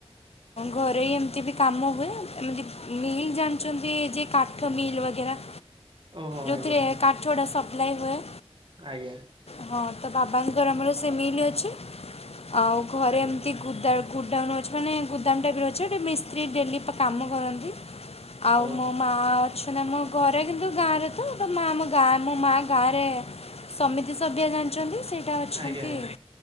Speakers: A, on the left; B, on the right.
A: ଘରେଇ ଏମିତି ବି କାମ ହୁଏ, ଏମିତି। ମିଲ ଜାଣିଚନ୍ତି, ଯେ କାଠ ମିଲ ବାଗେରା
B: ଓହୋ
A: ଯଉଥିରେ
B: ଆଜ୍ଞା ଆଜ୍ଞା
A: କାଠ। ଥୋଡ଼ା ସପ୍ଲାଏ ହୁଏ।
B: ଆଜ୍ଞା।
A: ହଁ, ତ ବାବାଙ୍କର ଆମର ସେ ମିଲି ଅଛି। ଆଉ ଘରେ
B: ଆଜ୍ଞା
A: ଏମିତି। ଗୁଦାମ ଅଛି, ମାନେ ଗୋଦାମ ଟାଇପ୍ ର ଅଛି ଗୋଟେ ମିସ୍ତ୍ରୀ ଡେଲି କାମ କରନ୍ତି। ଆଉ
B: ଓହୋ
A: ମୋ ମା। ଅଛନ୍ତି ଆମ ଘରେ କିନ୍ତୁ ଗାଁରେ ତ ମା ଗାଁ ମୋ ମା ଗାଁ ରେ। ସମିତି ସଭ୍ୟ ଜାଣିଚନ୍ତି ସେଇଟା ଅଛନ୍ତି।
B: ଆଜ୍ଞା ଆଜ୍ଞା